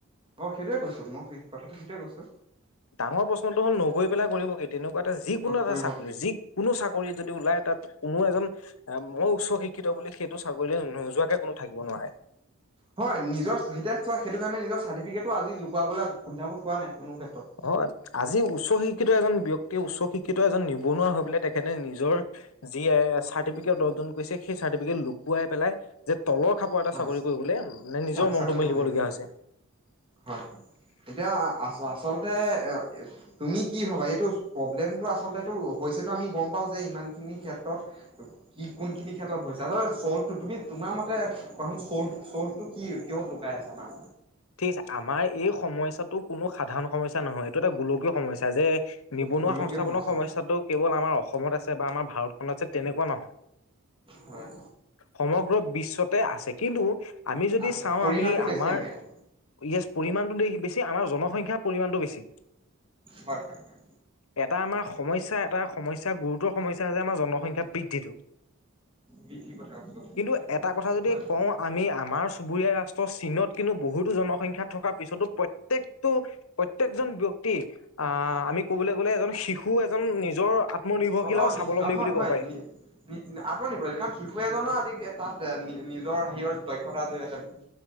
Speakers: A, on the right (about 25°); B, on the left (about 80°).
A: অ', সেইটোৱে কৈছো মই সেই কথাটো সেইটোৱে কৈছো।
B: ডাঙৰ প্ৰশ্নটো হ'ল নগৈ পেলাই কৰিব কি তেনেকুৱা এটা যিকোনো এটা
A: কৰিব
B: চাকৰি
A: কি
B: যি কোনো চাকৰি যদি ওলায় তাত কোনো এজন অ', মই উচ্চ শিক্ষিত বুলি সেইটো চাকৰি নোযোৱাকে কোনো থাকিব নোৱাৰে।
A: হয়, নিজৰ এতিয়া চোৱা সেইটো কাৰণে নিজৰ চাৰ্টিফিকেটটো আজি লুকাবলৈ কুণ্ঠাবোধ কোৱা নাই কোনো ক্ষেত্ৰত।
B: অ', আজি উচ্চ শিক্ষিত এজন ব্যক্তি উচ্চ শিক্ষিত এজন নিবনুৱা হৈ পেলাই তেখেতে নিজৰ যিয়ে চাৰ্টিফিকেট অৰ্জন কৰিছে সেই চাৰ্টিফিকেট লুকুৱাই পেলাই যে তলৰ খাপৰ এটা
A: অ
B: চাকৰি কৰিবলৈ মানে নিজৰ
A: চাকৰি
B: মনটো মেলিবলগীয়া
A: কৰিবলৈ গৈছে
B: হৈছে।
A: হয়, হয়, এতিয়া আ আচলতে এ তুমি কি ভাবা এইটো প্ৰব্লেমটো আচলটো হৈছেতো আমি গম পাওঁ যে ইমানখিনি ক্ষেত্ৰত কি কোনখিনি ক্ষেত্ৰত হৈছে চলটো তুমি তোমাৰ মতে প্ৰথম চ'ল চ'লটো কি কিহত লুকাই আছে আমাৰ?
B: ঠিক আছে, আমাৰ এই সমস্যাটো কোনো সাধাৰণ সমস্যা নহয় এইটো এটা গোলকীয় সমস্যা যে নিবনুৱা
A: গোলকীয়
B: সংস্থাপনৰ
A: সমস্যা
B: সমস্যাটো কেৱল আমাৰ অসমত আছে বা আমাৰ ভাৰতখনত আছে তেনেকুৱা নহয়।
A: হয়।
B: সমগ্ৰ বিশ্বতে আছে কিন্তু আমি যদি
A: আছে
B: চাওঁ
A: পৰিমাণটো
B: আমি
A: বেছি
B: আমাৰ
A: ইয়াত
B: য়েছ পৰিমাণটো দে বেছি আমাৰ জনসংখ্যাৰ পৰিমাণটো বেছি।
A: হয়, হয়, হয়।
B: এটা আমাৰ সমস্যা এটা সমস্যা গুৰুতৰ সমস্যা হৈছে আমাৰ জনসংখ্যা বৃদ্ধিটো।
A: বৃদ্ধিৰ কথা কৈছো
B: কিন্তু এটা কথা যদি
A: হয়
B: কওঁ আমি আমাৰ চুবুৰীয়া ৰাষ্ট প চীনত কিন্তু বহুতো জনসংখ্যা থকাৰ পিছতো প্ৰত্যেকটো প্ৰত্যেকজন ব্যক্তি অহ, আমি ক'বলৈ গ'লে এজন শিশু এজন নিজৰ নিৰ্ভৰশীলতা
A: অ অ
B: আৰু স্বাৱলম্বী
A: নিজ অ হয়
B: বুলি
A: হয়
B: ক'ব পাৰি।
A: নি আত্মনিৰ্ভৰশীল কাৰণ শিশু এজনো আজি তাত নিজৰ হেৰ দক্ষতাৰ জৰিয়তে